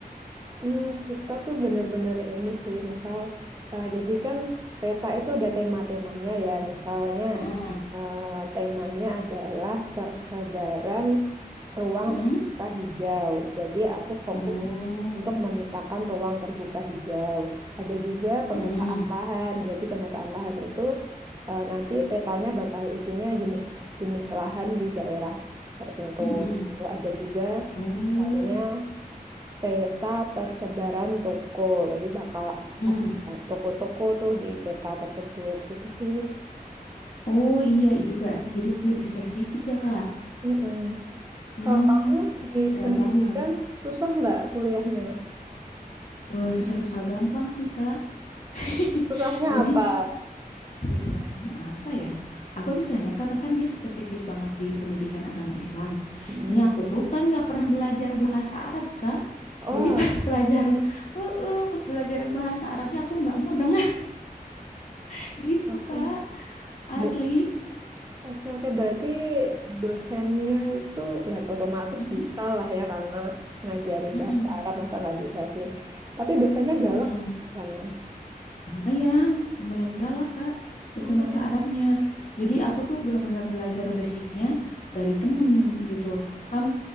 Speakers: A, on the right; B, on the left.
A: Hmm, kita tuh bener-bener ini sih, misal eh, jadi kan peta itu ada tema-temanya ya, misalnya
B: Heeh.
A: eh, temanya adalah persebaran ruang
B: Heeh.
A: terbuka hijau. Jadi aku fokus
B: Oh,
A: untuk memetakan ruang terbuka hijau. Ada juga pemetaan
B: mm,
A: lahan. Jadi pemetaan lahan itu eh, nanti petanya bakal isinya jenis-jenis lahan di daerah tertentu.
B: mm,
A: Ada juga
B: oh,
A: misalnya peta persebaran toko. Berarti bakal
B: mm.
A: ada toko-toko tuh di peta tersebut. Itu sih.
B: Oh iya itu berarti jadi lebih spesifik ya Kak.
A: Mm-mm.
B: Hmm,
A: Kalau kamu di
B: detail
A: pendidikan
B: banget.
A: susah nggak kuliahnya?
B: Eh, Susah-susah gampang sih Kak. <laughs>
A: Susahnya
B: Jadi
A: apa?
B: susahnya apa ya? Aku susahnya karena kan dia spesifik banget di pendidikan agama Islam.
A: Mm.
B: Ini aku tuh kan nggak pernah belajar bahasa Arab Kak.
A: Oh,
B: Jadi pas <laughs> pelajaran, eh, pas pelajaran bahasa Arabnya aku nggak mudeng <laughs> gitu
A: oke.
B: Kak,
A: Do-
B: asli.
A: Oke, oke. Berarti dosennya itu ya otomatis
B: Mm-mm.
A: bisa lah ya karena ngajarin
B: Mm-mm.
A: bahasa Arab masa nggak bisa sih. Tapi dosennya galak
B: Mm-mm.
A: nggak di sana?
B: Lumayan, lumayan galak Kak, dosen
A: Hmm.
B: bahasa Arabnya. Jadi aku tuh benar-benar belajar basicnya dari temen gitu. Kan